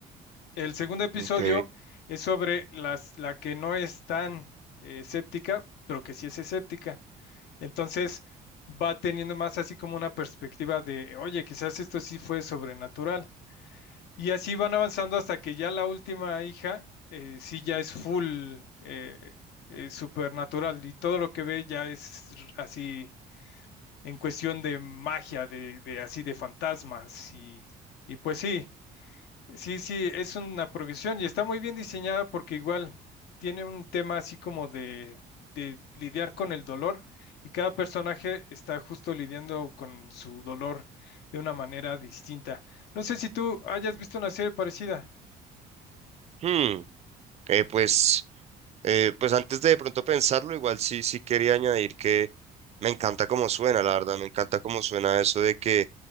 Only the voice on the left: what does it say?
El segundo episodio
es sobre las, la que no es tan eh, séptica, pero que sí es escéptica. Entonces va teniendo más así como una perspectiva de, oye, quizás esto sí fue sobrenatural. Y así van avanzando hasta que ya la última hija eh, sí ya es full eh, eh, supernatural y todo lo que ve ya es r- así en cuestión de magia, de, de así de fantasmas y, y pues sí, Sí, sí, es una progresión y está muy bien diseñada porque igual tiene un tema así como de, de lidiar con el dolor y cada personaje está justo lidiando con su dolor de una manera distinta. No sé si tú hayas visto una serie parecida.